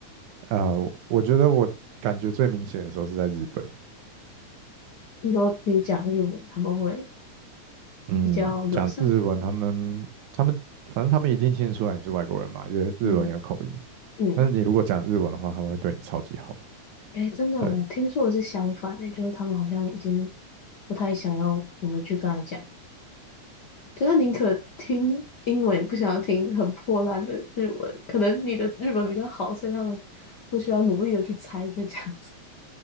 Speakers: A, on the right (about 80°); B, on the left (about 55°).
A: 呃，我觉得我感觉最明显的时候是在日本，
B: 你说你讲日文，他们会
A: 嗯，
B: 比较友善。
A: 讲日文，他们他们反正他们一定听得出来你是外国人嘛，因为日文有口音，
B: 嗯嗯。
A: 但是你如果讲日文的话，他们会对你超级好的
B: 哎，真的，
A: 对，
B: 我听说的是相反，哎，就是他们好像已经不太想要我们去跟他讲，就他宁可听英文，也不想要听很破烂的日文。可能你的日文比较好，所以他们不需要努力的去猜在这样子。